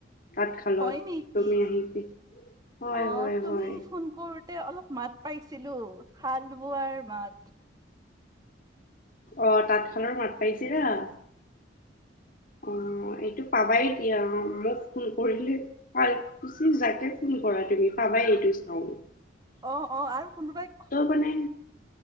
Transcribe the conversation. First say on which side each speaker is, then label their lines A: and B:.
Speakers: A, on the left; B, on the right.
A: তাঁতশালত
B: হয় নেকি
A: তুমি আহি হয়
B: অ
A: হয়
B: তুমি
A: হয়
B: ফোন কৰো তে অলপ মাত পাইছিলো শাল বোৱাৰ মাত।
A: অ তাঁতশালৰ মাত পাইছিলা? অ এইটো পাবাই এতিয়া মোক ফোন কৰিলে শুৱালকুছিত যাকে ফোন কৰা তুমি পাবাই এইটো চাওন্ড।
B: অ অ আৰু কোনোবাই
A: মানে